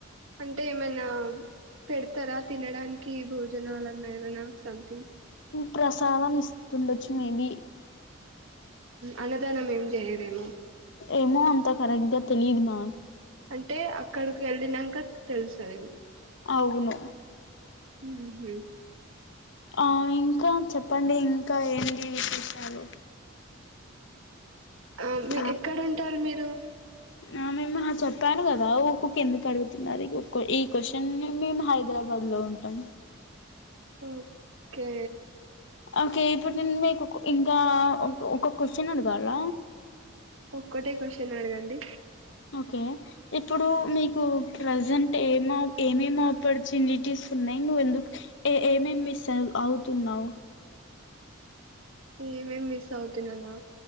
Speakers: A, on the right; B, on the left.
A: అంటె ఏమైనా పెడతారా తినడానికి భోజనలన్నా ఏమైన సంథింగ్
B: ప్రసాదం ఇస్తుండచ్చు మేబి
A: అన్నదానం ఏం చేయరేమో
B: ఏమో అంత కరెక్ట్ గ తెలీదు మ
A: అంటె అక్కడికి వెళ్ళినంక తెలుస్తదేమో
B: అవును
A: హ్మ్మ్
B: ఆ ఇంకా చెప్పండి ఇంకా ఏంటి విశేషాలు
A: ఆ మీ
B: హలో
A: ఎక్కడ ఉంటారు మీరు
B: ఆ మేము చెప్పాను కదా ఊకూకే ఎందుకు అడుగుతుంది అది ఈ క్వశ్చన్ నీ మేము హైదరాబాద్ లో ఉంటాం
A: ఓకే
B: ఓకే ఇప్పుడు నేను మీకు ఇంకా ఒక క్వశ్చన్ అడగాల
A: ఒక్కటే క్వశ్చన్ అడగండి
B: ఓకే ఇప్పుడు మీకు ప్రజెంట్ ఏమ ఏమేం ఆపర్చునిటీస్ ఉన్నాయి నువ్వు ఎందుకు ఏ ఏమేమి మిస్ అ అవుతున్నావు
A: ఏమేం మిస్ అవుతున్నానా